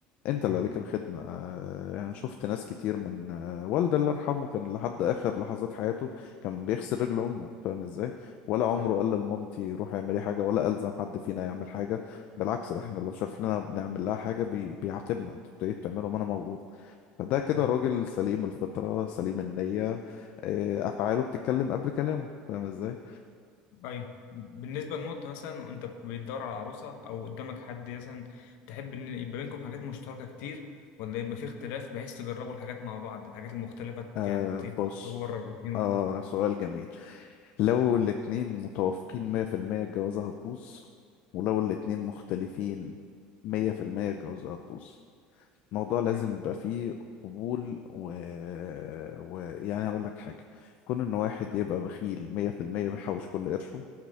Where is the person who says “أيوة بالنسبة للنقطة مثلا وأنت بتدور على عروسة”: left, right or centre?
Left